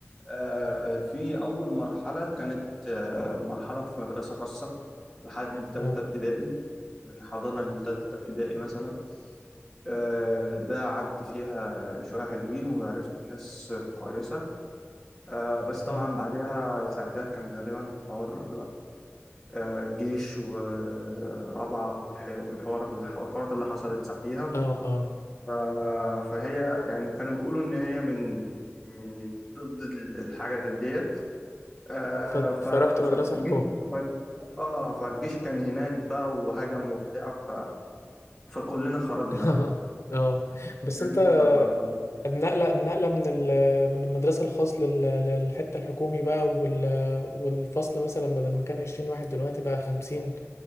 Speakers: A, in the centre; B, on the left (about 85°).
A: آه، في أول مرحلة كانت آه، مرحلة في مدرسة خاصة لحد تالتة
B: اه
A: ابتدائي من حضانة لتالتة ابتدائي مثلا آه، ده قعدت فيها شوية حلوين وعرفت ناس كويسة آه، بس
B: نعم.
A: طبعا بعدها ساعتها كان غالبا حوار آه، الجيش ورابعة والح- والحوار والحوارات اللي حصلت ساعتيها
B: اه اه
A: ف- فهي يعني كانوا بيقولوا إن هي من من ضد ال- الحاجة دي- ديت آه،
B: ف...
A: ف-
B: فرحت
A: ف- فالجيش
B: مدرسة حكومة
A: ف- اه فالجيش كان هناك بقى وهجم وبتاع ف فكلنا خرجنا
B: <laughs>
A: بقى
B: اه بس
A: فاهم؟
B: انت
A: ف- ف- ف-
B: النقلة النقلة من ال... من المدرسة الخاص لل... للحتة الحكومي بقى وال... والفصل مثلا بدل ما كان 20 واحد دلوقتي بقى 50